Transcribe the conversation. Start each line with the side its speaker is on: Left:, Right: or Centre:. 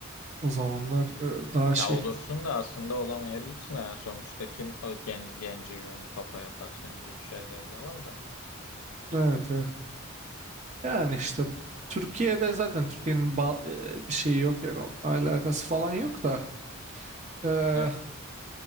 Right: O zamanlar e, daha şey.
Left: Ya olursun da aslında olamayabilirsin yani sonuçta kim o gen- gence güvenip papa yapar seni gibi şeyleri de var da.
Right: Evet evet. Yani işte Türkiye'de
Left: Evet.
Right: zaten Türkiye'nin ba- e, bir şeyi yok yani onunla alakası falan yok da. E,
Left: Evet.